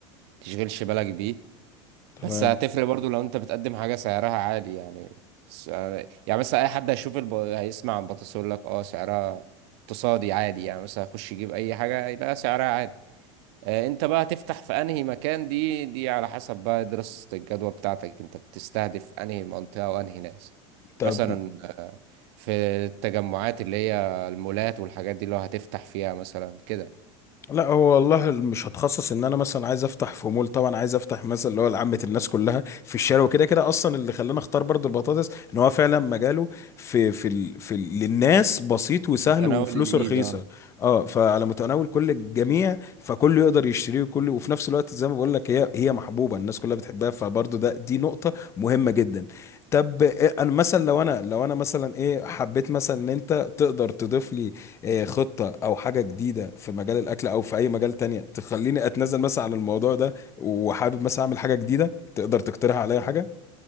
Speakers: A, on the right (about 60°); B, on the left (about 20°).
A: تشغلش بالك بيه
B: تمام
A: بس هتفرق برضو لو أنت بتقدم حاجة سعرها عالي يعني س- يعني مثلا أي حد هيشوف الب... هيسمع عن البطاطس يقول لك أه سعرها اقتصادي عادي يعني مثلا هيخش يجيب أي حاجة يلاقي سعرها عادي آه، انت بقى هتفتح في انهي مكان دي دي على حسب بقى دراسة الجدوى بتاعتك انت بتستهدف انهي منطقة وانهي ناس
B: طب
A: مثلا في التجمعات اللي هي المولات والحاجات دي اللي هو هتفتح فيها مثلا كده
B: لا هو والله مش هتخصص ان انا مثلا عايز افتح في مول طبعا عايز افتح مثلا اللي هو لعامه الناس كلها في الشارع وكده كده اصلا اللي خلاني اختار برضو البطاطس ان هو فعلا مجاله في في ال في ال للناس بسيط وسهل
A: متناول
B: وفلوسه
A: الايد
B: رخيصه
A: اه
B: اه فعلى متناول كل الجميع فكله يقدر يشتريه وكله وفي نفس الوقت زي ما بقول لك هي هي محبوبه الناس كلها بتحبها فبرضو ده دي نقطه مهمه جدا طب إيه- انا مثلا لو انا لو انا مثلا ايه حبيت مثلا ان انت تقدر تضيف لي آه، خطة أو حاجة جديدة في مجال الأكل أو في أي مجال تانية تخليني أتنازل مثلا عن الموضوع ده وحابب مثلا أعمل حاجة جديدة تقدر تقترح عليا حاجة